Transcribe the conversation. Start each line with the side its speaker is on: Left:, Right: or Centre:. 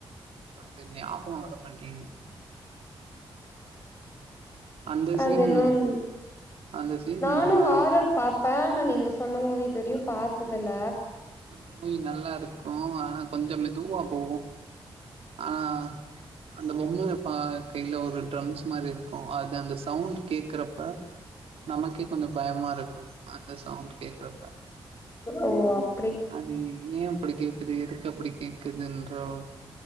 Right: அது ஞாபக வர மாட்டேங்குது அந்த
Left: அது
Right: சீன்
Left: நோன்
Right: அந்த சீன்
Left: நானு
Right: நல்லா
Left: ஹாரர் பாப்பே ஆனா நீங்க சொன்ன மூவி இதுவரயு பாத்ததுல்ல
Right: அந்த மூவி நல்லா இருக்கு ஆனா கொஞ்சோ மெதுவா போகு ஆனா அந்த பொம்மைப்பா கையில ஒரு ட்ரம்ஸ் மாரிருக்குஅது அந்த சவுண்ட் கேக்குறப்ப நமக்கே கொஞ்சோ பயமா இருக்கு அந்த சவுண்ட் கேக்குறப்ப
Left: ஓ அப்
Right: அது ஏ அப்டி கேக்குது எதுக்கு அப்படி கேக்குதுன்ற